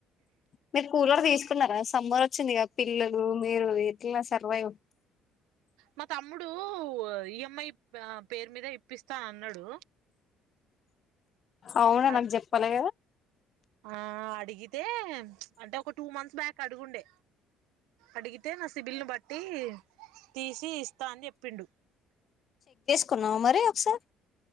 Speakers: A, on the left; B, on the right.
A: మీరు కూలర్ తీసుకున్నారా సమ్మర్ వచ్చిందిగా పిల్లలు రు మీరు ఎట్లా సర్వైవ్
B: మా తమ్ముడు ఇ యమ్ మ్మాయి ప్య పేరు మీద ఇప్పిస్తా అన్నాడు.
A: అవునా
B: అ
A: నాకు జెప్పాలే
B: ఆ అడిగితే చ్ అంటే ఒక టూ మంత్స్ బ్యాక్ అడుగుండే. అడిగితే నస్ తి బిల్ను బట్టి తీసి ఇస్తా అని చెప్పిండు.
A: కున్నా మరి ఒక్క సార్